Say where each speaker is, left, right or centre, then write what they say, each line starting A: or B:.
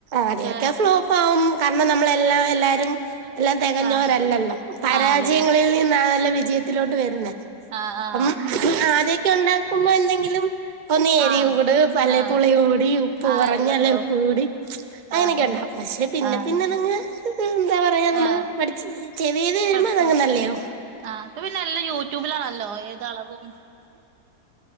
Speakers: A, on the right; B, on the right.
A: ആദ്യൊക്കെ
B: വേറെ
A: ഫ്ലോപ്പ പ്പം കാരണം നമ്മള എല്ല എല്ലാരും എല്ലാം തികഞ്ഞോരല്ലല്ലോ
B: ആഹ്
A: പരാജയങ്ങളിൽ
B: ആഹ് അല്ലല്ല
A: നിൻ അതാണല്ലോ വിജയത്തിലോട്ട് വരുന്നേ
B: ആഹ് ആഹ്
A: അം ആദ്യൊക്കെ ഉണ്ടാക്കുമ്പോ എന്തെങ്കിലും അപ്പൊ നേരി
B: ആഹ്
A: കൂട് പല്ലേ
B: ആഹ്
A: പുളി
B: ഒരു
A: കൂടി ഉപ്പ്
B: ആഹ്
A: കുറഞ്
B: എല്ലാം
A: അല്ലേ
B: ഇണ്ടാവും
A: ഉപ്പ് കൂടി അങ്ങനെയൊക്കെ
B: ആഹ്
A: ഉണ്ടാ പക്ഷെ പിന്നെ
B: ആഹ്
A: പിന്നെ നിങ്ങ എന്താ പറയാ നമ്മള്
B: ആഹ്
A: പഠിച്ച് <unintelligible> വരുമ്പോഅതങ്ങനല്ലയാവും
B: പഠിച്ചു പഠിച്ചു ആഹ് ഇപ്പൊപിന്നെ എല്ലം യൂട്യൂ യട്യൂബിലാളല്ലോ ഏത് അളവും